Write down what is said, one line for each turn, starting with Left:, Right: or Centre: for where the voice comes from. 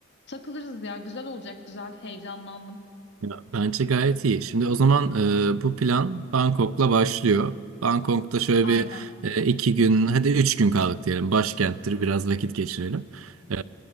Left: Takılırız ya. Güzel olacak. Güzel. Heyecanlandım.
Right: Ya, bence gayet iyi. Şimdi o zaman e, bu plan Bangkok'la başlıyor. Bangkok'ta şöyle
Left: Aynen.
Right: bir e, iki gün, hadi üç gün kaldık diyelim. Başkenttir, biraz vakit geçirelim. E,